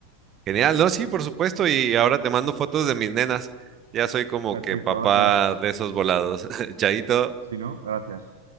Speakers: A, on the right; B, on the right.
A: Genial, ¿no? Sí, por supuesto. Y ahora te mando fotos de mis nenas. Ya soy como
B: Perfecto,
A: que papá
B: gracias.
A: de esos volados. <laughs> Chaito.
B: Si no, gracias.